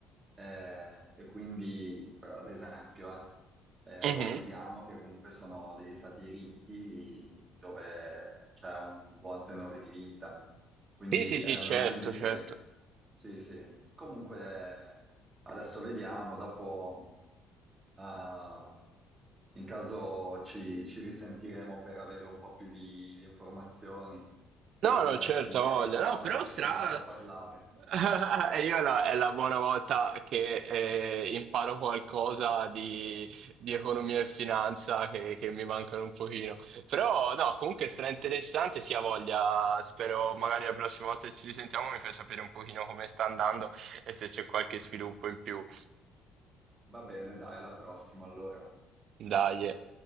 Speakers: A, on the right; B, on the right.
A: eh, e quindi, per- ad esempio, eh, eh,
B: Mhm.
A: ora vediamo che comunque sono degli stati ricchi dove c'è un buon tenore di vita. Quindi
B: Sì, sì, sì,
A: è un'analisi
B: certo,
A: che,
B: certo.
A: sì, sì, comunque adesso vediamo, dopo eh, in caso ci, ci risentiremo per avere un po' più di di informazioni, così
B: No, no,
A: dai,
B: certo,
A: magari
B: ha voglia,
A: è la buona
B: no, però
A: volta
B: stra...
A: che imparo a parlare.
B: <laughs> E io la- è la buona volta che eh, imparo qualcosa di, di economia e finanza che, che mi mancano un pochino. Però no, comunque stra interessante, sì, ha voglia. Spero magari la prossima volta che ci risentiamo mi fai sapere un pochino come sta andando e se c'è qualche sviluppo in più.
A: Va bene, dai, alla prossima allora.
B: Dai. eh.